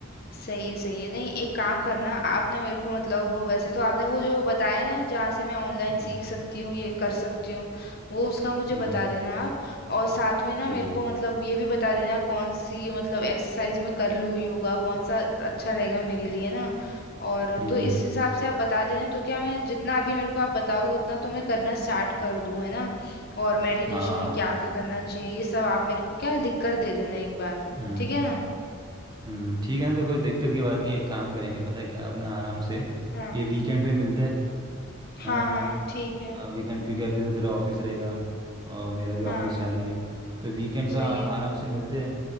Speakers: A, on the left; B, on the right.
A: सही है सही है नहीं एक काम करना आप ना मेरे को मतलब वो वैसे तो आपने वो जो बताया ना जहाँ से मैं ऑनलाइन
B: हम्म
A: सीख सकती हूँ ये कर सकती हूँ वो उसका मुझे
B: हम्म,
A: बता देना आप और साथ में ना
B: ठीक
A: मेरे
B: है
A: को मतलब ये भी बता देना कौन सी मतलब एक्सरसाइज मैं कर लूँ योगा कौन सा अच्छा रहेगा मेरे लिए ना और
B: हम्म
A: तो इस हिसाब से आप बता देना तो क्या मैं जितना अभी मेरे को आप बताओगे उतना तो मैं करना स्टार्ट कर दूँ है ना और मेडिटेशन
B: हाँ
A: में क्या क्या करना चाहिए ये सब आप मेरे को क्या लिख कर दे देना एक बार
B: हम्म
A: ठीक है ना
B: हम्म ठीक है ना तो कोई दिक्कत की बात नहीं है एक काम करेंगे पता है क्या अपना आराम से
A: हाँ
B: ये वीकेंड पे मिलते हैं
A: हाँ
B: है ना
A: हाँ ठीक है
B: हाँ वीकेंड क्योंकि अभी तो तेरा ऑफिस रहेगा और मेरा भी
A: हाँ
B: ऑफिस चालू ही है तो वीकेंड पे
A: सही
B: हम
A: है
B: आराम से मिलते हैं